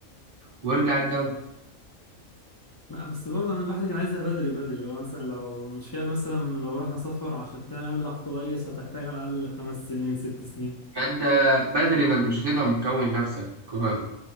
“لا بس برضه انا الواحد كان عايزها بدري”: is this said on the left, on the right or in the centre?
Left